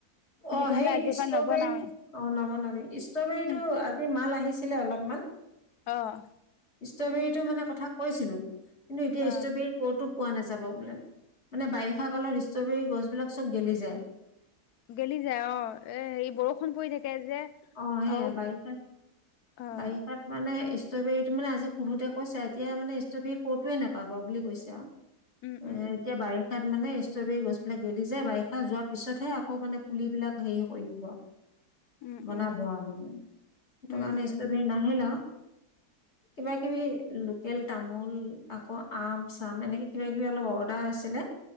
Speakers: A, on the left; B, on the left.
A: তেতিয়াহ'লে
B: অ' সেই
A: আজিৰ
B: ষ্ট্ৰবেৰি
A: পৰা নবনাওৱে
B: অ' নবনাবি। ষ্ট্ৰবেৰীটো
A: উম
B: আজি মাল আহিছিলে অলপমান।
A: অ'।
B: ষ্ট্ৰবেৰীটো মানে কথা কৈছিলোঁ কিন্তু এতিয়া
A: অ
B: ষ্ট্ৰবেৰী ক'তো পোৱা নাযাব বোলে, মানে বাৰিষা কালত ষ্ট্ৰবেৰী গছবিলাক চব গেলি যায়।
A: গেলি যায় অ'। এ, হেৰি, বৰষুণ পৰি থাকে যে,
B: অ সেইয়া
A: আৰু
B: বাৰিষা
A: আ
B: বাৰিষাত মানে ষ্ট্ৰবেৰীটো মানে আজি সোধোতে কৈছে, এতিয়া মানে ষ্ট্ৰবেৰী ক'তোৱে নাপাবা বুলি কৈছে আৰু।
A: উম
B: এ,
A: উম
B: এতিয়া বাৰিষাত মানে ষ্ট্ৰবেৰী গছবিলাক গেলি যায়, বাৰিষা যোৱাৰ পিছতহে আকৌ মানে পুলিবিলাক হেৰি কৰিব আৰু
A: উম
B: বনাব
A: উম
B: আৰু মানে সেইটো
A: উম
B: কাৰণে
A: উম
B: ষ্ট্ৰবেৰী নাই। হেল্ল'।
A: <inaudible>
B: কিবা কিবি লোকেল তামোল আকৌ আম চাম এনেকৈ কিবা কিবি অলপ অৰ্ডাৰ আছিলে।